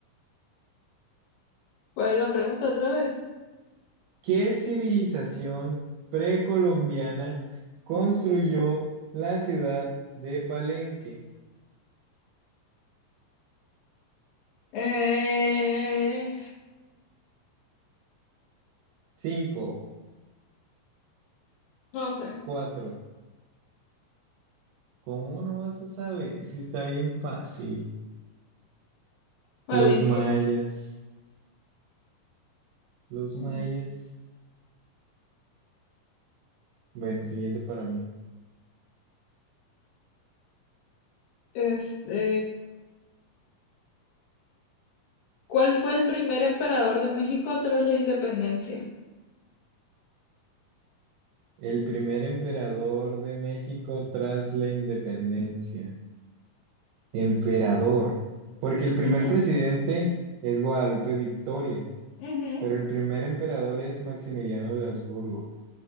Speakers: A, on the left (about 90°); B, on the right (about 80°).
A: ¿Cuál es la pregunta otra vez?
B: ¿Qué civilización precolombiana construyó la ciudad de Palenque?
A: Eh,
B: Cinco,
A: no sé.
B: cuatro. ¿Cómo no vas a saber si está bien fácil?
A: Palenque.
B: Los mayas, los
A: Mm,
B: mayas. Bueno, siguiente para mí.
A: Este, ¿cuál fue el primer emperador de México tras la independencia?
B: El primer emperador de México tras la independencia. Emperador. Porque el primer
A: Ujú,
B: presidente es Guadalupe Victoria,
A: ujú.
B: pero el primer emperador es Maximiliano de Habsburgo.